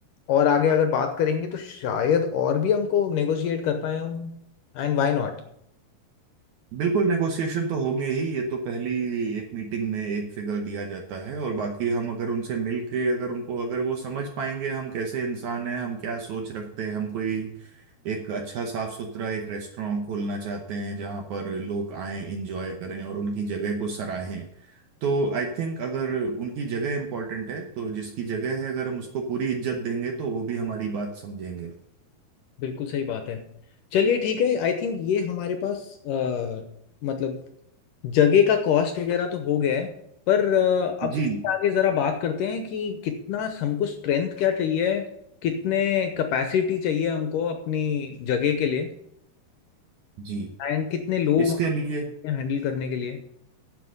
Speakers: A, on the left (about 70°); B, on the right (about 70°).
A: और आगे अगर बात करेंगे तो शायद और भी हमको नेगोशिएट कर पाए हम And why not
B: बिल्कुल नेगोशिएशन तो होंगे ही ये तो पहली एक मीटिंग में एक फिगर दिया जाता है और बाकी हम अगर उनसे मिल के अगर उनको अगर वो समझ पाएंगे हम कैसे इंसान हैं हम क्या सोच रखते हैं हम कोई एक अच्छा साफ सुथरा एक रेस्टोरेंट खोलना चाहते हैं जहाँ पर लोग आए इंजॉय करें और उनकी जगह को सराहें तो आई थिंक अगर उनकी जगह इंपॉर्टेंट है तो जिसकी जगह है अगर हम उसको पूरी इज्जत देंगे तो वो भी हमारी बात समझेंगे
A: बिल्कुल सही बात है चलिए ठीक है आई थिंक ये हमारे पास अ, मतलब जगह का कॉस्ट वगैरह तो हो गया है पर अ, अब
B: जी
A: इससे आगे ज़रा बात करते हैं कि कितना हमको स्ट्रेंथ क्या चाहिए कितने कैपेसिटी चाहिए हमको अपनी जगह के लिए
B: जी
A: एंड कितने लोग
B: इसके लिए
A: वहाँ हैंडल करने के लिए